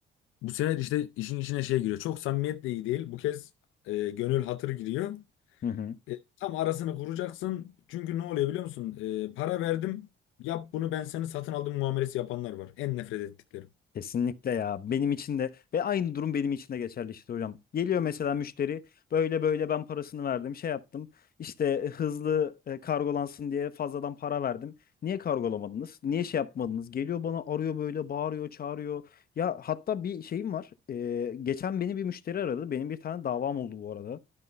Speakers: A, on the left; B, on the left.
A: Bu sefer işte işin içine şey giriyor. Çok samimiyet de iyi değil. Bu kez e, gönül hatır giriyor.
B: Hı hı.
A: E, tam arasını kuracaksın. Çünkü ne oluyor biliyor musun? E, para verdim. Yap bunu ben seni satın aldım muamelesi yapanlar var. En nefret ettiklerim.
B: Kesinlikle ya. Benim için de ve aynı durum benim için de geçerli işte hocam. Geliyor mesela müşteri böyle böyle ben parasını verdim şey yaptım işte e, hızlı e, kargolansın diye fazladan para verdim. Niye kargolamadınız? Niye şey yapmadınız? Geliyor bana arıyor böyle bağırıyor çağırıyor. Ya hatta bir şeyim var. E, geçen beni bir müşteri aradı. Benim bir tane davam oldu bu arada.